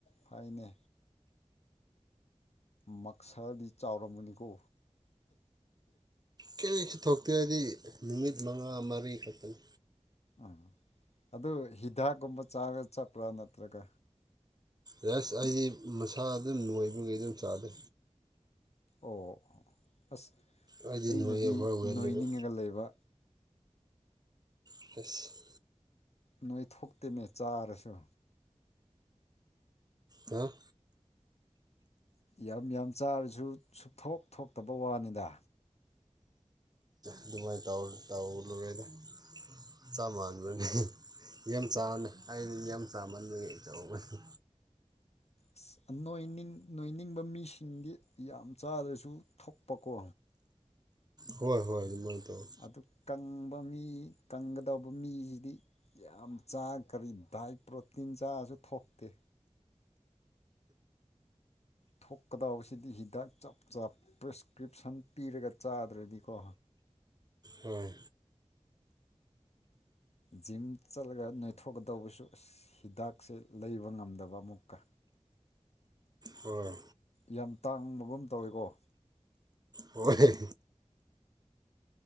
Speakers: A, on the left; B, on the right.
A: ꯐꯩꯅꯦ ꯃꯛꯁꯥꯗꯤ ꯆꯥꯎꯔꯝꯅꯤꯀꯣ
B: ꯀꯔꯤꯁꯨ ꯊꯣꯛꯇꯦ ꯍꯥꯏꯗꯤ ꯅꯨꯃꯤꯠ ꯃꯉꯥ ꯃꯔꯤ ꯈꯛꯇꯅꯤ
A: ꯑꯥ ꯑꯗꯨ ꯍꯤꯗꯥꯛꯀꯨꯝꯕꯥ ꯆꯥꯔ ꯆꯠꯄ꯭ꯔꯥ ꯅꯠꯇ꯭ꯔꯒ
B: ꯌꯥꯁ ꯑꯩꯗꯤ ꯃꯁꯥ ꯑꯗꯨꯝ ꯅꯣꯏꯕꯒꯤ ꯑꯗꯨꯝ ꯆꯥꯗꯦ
A: ꯑꯣ ꯑꯁ
B: ꯑꯩꯗꯤ
A: ꯑꯩꯅꯗꯤ
B: ꯅꯣꯏ ꯑꯣꯚꯔ ꯋꯦꯠꯅꯦꯕ
A: ꯅꯣꯏꯅꯤꯡꯉꯒ ꯂꯩꯕ
B: <unintelligible>
A: ꯅꯣꯏꯊꯣꯛꯇꯦꯅꯦ ꯆꯥꯔꯁꯨ
B: ꯍꯥ
A: ꯌꯥꯝ ꯌꯥꯝ ꯆꯥꯔꯁꯨ ꯁꯨꯛꯊꯣꯛ ꯊꯣꯛꯇꯕ ꯋꯥꯅꯤꯗ
B: ꯑꯗꯨꯃꯥꯏꯅ ꯇꯧ ꯇꯧꯔꯔꯣꯏꯗ ꯆꯞ ꯃꯥꯟꯔꯅꯤ ꯌꯥꯝ ꯆꯥꯕꯅꯦ ꯑꯩꯗꯤ ꯌꯥꯝ ꯆꯥꯃꯟꯕꯒꯤ ꯇꯧꯕꯅꯤ
A: ꯑꯁ ꯅꯣꯏꯅꯤꯡ ꯅꯣꯏꯅꯤꯡꯕ ꯃꯤꯁꯤꯡꯗꯤ ꯌꯥꯝ ꯆꯥꯗ꯭ꯔꯁꯨ ꯊꯣꯛꯄꯀꯣ
B: ꯍꯣꯏ ꯍꯣꯏ ꯑꯗꯨꯃꯥꯏꯅ ꯇꯧꯋꯦ
A: ꯑꯗꯨ ꯀꯪꯕ ꯃꯤ ꯀꯪꯒꯗꯕ ꯃꯤꯁꯤꯗꯤ ꯌꯥꯝ ꯆꯥ ꯀꯔꯤ ꯗꯥꯏꯠ ꯄ꯭ꯔꯣꯇꯤꯟ ꯆꯥꯔꯁꯨ ꯊꯣꯛꯇꯦ ꯊꯣꯛꯀꯗꯕꯁꯤꯗꯤ ꯍꯤꯗꯥꯛ ꯆꯞ ꯆꯞ ꯄ꯭ꯔꯦꯁꯀ꯭ꯔꯤꯞꯁꯟ ꯄꯤꯔꯒ ꯆꯥꯗ꯭ꯔꯗꯤꯀꯣ
B: ꯎꯝ
A: ꯖꯤꯝ ꯆꯠꯂꯒ ꯅꯣꯏꯊꯣꯛꯀꯗꯧꯕꯁꯨ ꯑꯁ ꯍꯤꯗꯥꯛꯁꯦ ꯂꯩꯕ ꯉꯝꯗꯕ ꯑꯃꯨꯛꯀꯥ
B: ꯍꯣꯏ
A: ꯌꯥꯝ ꯇꯥꯡꯕꯒꯨꯝ ꯇꯧꯋꯤꯀꯣ
B: ꯍꯣꯏ